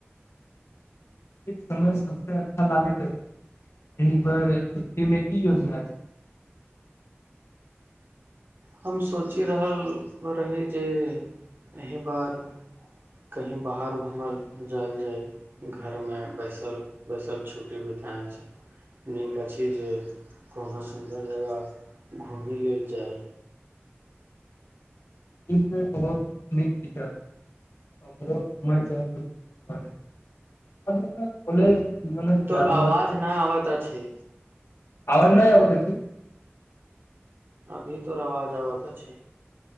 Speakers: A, on the left; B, on the right.
A: ई समय सबसे अच्छा लागेत एैछ एही बेर छुट्टी मे की योजना छैय?
B: हम सोचि रहल रही जे अहि बार। कही बाहर घुमल जाएल जाय। घर मे बैसल-बैसल छुट्टी बिताय छै। नीक अछि जे कोनो सुंदर जगह घुमि लेल जाय।
A: ई त बहुत नीक विचार। <unintelligible> अभि तक कॉलेज। जीवनक
B: तोर
A: यादगार
B: आवाज नै आबत अछि।
A: आवाज नैय आबत अछि?
B: अभी तोर आवाज आबात अछि।